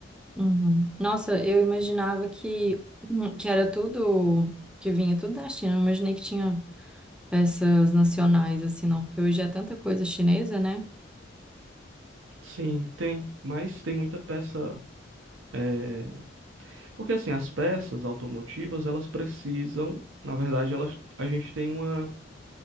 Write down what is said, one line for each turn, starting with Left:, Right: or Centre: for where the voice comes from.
Centre: Uhum. Nossa, eu imaginava que, hum, que era tudo, que vinha tudo da China. Eu Não imaginei que tinha peças nacionais assim, não, porque hoje é tanta coisa chinesa, né?
Right: Sim, tem, mas tem muita peça. eh, Porque assim, as peças automotivas, elas precisam, na verdade, elas, a gente tem uma.